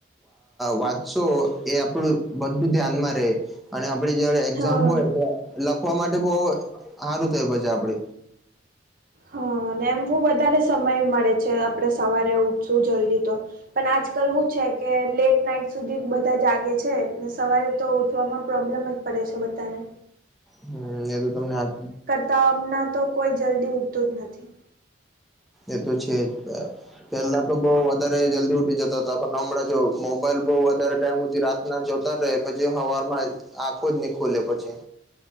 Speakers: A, in the centre; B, on the right.
A: વાત સો એ આપડું બધું ધ્યાનમાં રે અને આપડ જ એક્ઝામ
B: હા
A: હોય ત શવા માટે બહુ સારું થયું પછ આપડ
B: હા એમ બ વધારે સમય મળે છે આપડણે સવારે ઉઠશું જલ્દી તો પણ આજકાલ શું છે કે લેટ નાઈટ સુધી બધા જાગે છેને સવારે તો ઉઠવામાં પ્રોબ્લેમ જ પડ શ બધને
A: હમ એ તો તમને હા
B: અમણા તો કોઈ જલ્દી ઉઠતો જ નથી
A: એ તો છે જ પેલા તો બહ વધારે જલ્દી ઉઠી જતા હતા પણ નમણાં જો મોબાઈલ બહ વધારે ટાઈમધી રા. ના જોતા રહે પછી હવારમાં આંખું જ ની ખુલે પછી.